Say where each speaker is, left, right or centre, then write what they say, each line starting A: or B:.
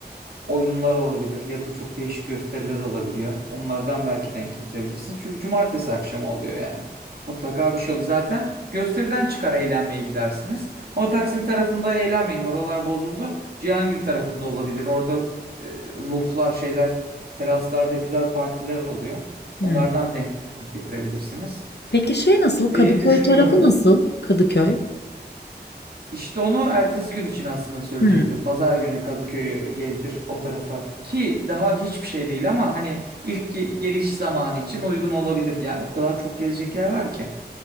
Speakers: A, on the right; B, on the left.
A: oyunlar olabilir ya da çok değişik gösteriler olabiliyor. Onlardan belki denk getirebilirsiniz. Çünkü cumartesi akşamı oluyor yani. Mutlaka bir şey oluyor. Zaten gösteriden çıkar eğlenmeye gidersiniz. Ama Taksim tarafında eğlenmeyin. Oralar bozuldu. Cihangir tarafında olabilir. Orada e, rooflar şeyler teraslarda güzel partiler oluyor.
B: Hıı.
A: Onlardan denk getirebilirsiniz
B: Peki şey nasıl?
A: diye
B: Kadıköy
A: düşünüyorum.
B: tarafı nasıl? Kadıköy.
A: İşte onu ertesi gün için aslında söyleyecektim.
B: Hıı.
A: Pazar günü Kadıköy'ü gezdir o tarafa. Ki daha hiçbir şey değil ama hani ilk ge- geliş zamanı için uygun olabilir. Yani o kadar çok gezecek yer var ki.